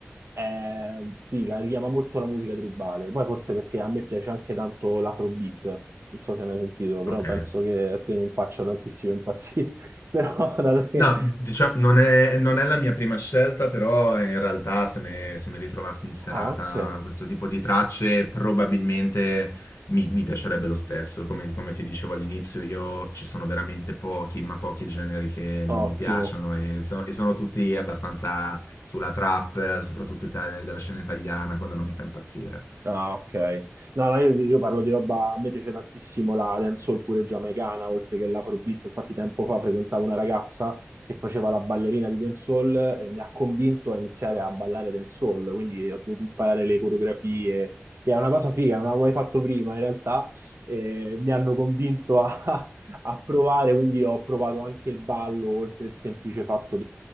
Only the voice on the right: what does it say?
è figa, richiama molto la musica tribale. Poi forse perché a me piace anche tanto l'afrobeat, non so se hai mai sentito, però
penso che a te non faccia tantissimo impazzire, <laughs> però dato che...
Ah, ok,
ottimo.
Ah, ok. No, no, io, io parlo di roba, a me piace tantissimo la dancehall pure giamaicana, oltre che l'afrobeat. Infatti tempo fa frequentavo una ragazza che faceva la ballerina di dancehall e mi ha convinto a iniziare a ballare dancehall, quindi ho dovuto imparare le coreografie, che è una cosa figa, non avevo mai fatto prima in realtà, e mi hanno convinto a, <laughs> a provare, quindi ho provato anche il ballo, oltre il semplice fatto